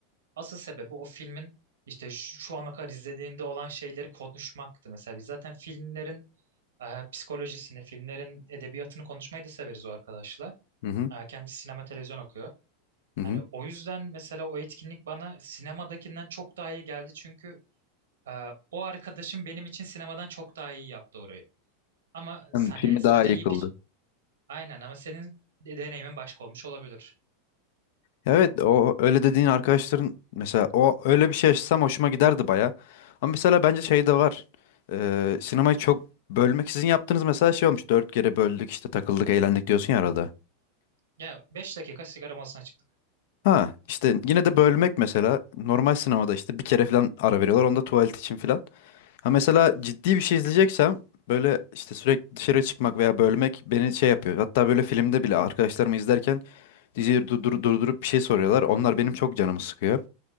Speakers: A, on the right; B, on the left.
A: asıl sebebi o filmin işte şu, şu ana kadar izlediğinde olan şeyleri konuşmaktı. Mesela biz zaten filmlerin ee, psikolojisini, filmlerin edebiyatını konuşmayı da severiz o arkadaşla.
B: Hı hı.
A: Ee, kendisi sinema televizyon okuyor.
B: Hı hı.
A: Hani o yüzden mesela o etkinlik bana sinemadakinden çok daha iyi geldi çünkü e, o arkadaşım benim için sinemadan çok daha iyi yaptı orayı. Ama
B: Hem
A: hani
B: filmi
A: sadece
B: daha iyi
A: yiyip
B: kıldı.
A: içip aynen ama senin de- deneyimin başka olmuş olabilir.
B: Ya evet o öyle dediğin arkadaşların mesela o öyle bir şey yaşasam hoşuma giderdi baya. Ama mesela bence şey de var. Ee, sinemayı çok bölmek sizin yaptığınız mesela şey olmuş. Dört kere böldük işte takıldık eğlendik diyorsun ya arada.
A: Ya 5 dakika sigara molasına çıktık.
B: Ha işte yine de bölmek mesela normal sinemada işte bir kere falan ara veriyorlar onda tuvalet için falan. Ha mesela ciddi bir şey izleyeceksem böyle işte sürekli dışarı çıkmak veya bölmek beni şey yapıyor. Hatta böyle filmde bile arkadaşlarımı izlerken diziyi durdur- durdurup bir şey soruyorlar. Onlar benim çok canımı sıkıyor.